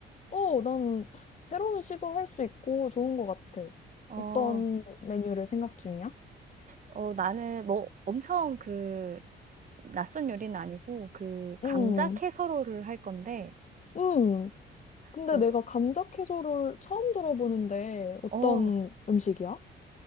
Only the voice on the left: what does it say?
어, 난 새로운 시도 할 수 있고 좋은 것 같아.
어떤 메뉴를 생각 중이야?
응.
응. 근데
내가 감자 채소를 처음 들어보는데 어떤
음식이야?